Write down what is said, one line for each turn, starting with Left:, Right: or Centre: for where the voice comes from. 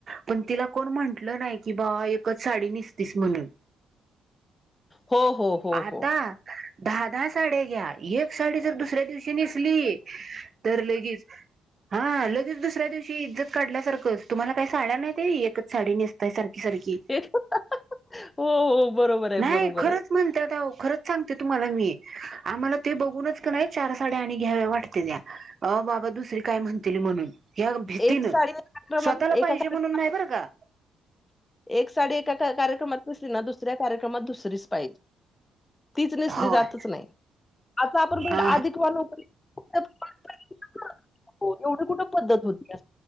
Right: पण तिला कोण म्हंटलं नाई की बा... एकच साडी निसतीस म्हणून
Left: हो हो हो
Right: आता...
Left: हो
Right: धा.. धा साड्या घ्या... एक साडी जर दुसऱ्या दिवशी नेसली... तर लगीच हा लगेच दुसऱ्या दिवशी... इज्जत काढल्यासारखं... तुम्हाला काय साड्या नाहीत.. एकच साडी नेसताय सारखी सारखी.
Left: ए... हंहहं... हो हो. बरोबर आहे,
Right: न्हाई...
Left: बरोबर
Right: खरंच
Left: आहे.
Right: म्हण त्यात अवो... आता खरंच सांगते तुम्हाला मी... आम्हाला ते बघूनच की नई... चार साड्या आणि घ्याव्या वाटत्याता. अं बाबा... दुसरी काय म्हणतील म्हणून. ह्या भीतीनं...
Left: एक साडी एका क्रमात
Right: स्वतःला
Left: एका
Right: पाहिजे
Left: कार्यक्रमात
Right: म्हणून नाई बरं का
Left: एक साडी... एका कार्यक्रमात <unintelligible> ना... दुसऱ्या कार्यक्रमात दुसरीच पाहिजे. तीच नेसली
Right: होय
Left: जातच नाई... आता आपण बघीतलं...
Right: अ
Left: आधिक <unintelligible> हो... एवढी कुठं पद्धत होती...